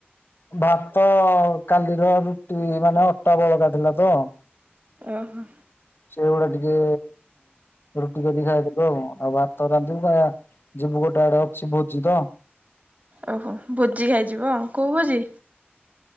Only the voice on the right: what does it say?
ଓହୋ।
ଓହୋ ଭୋଜି ଖାଇଯିବ କୋଉ ଭୋଜି?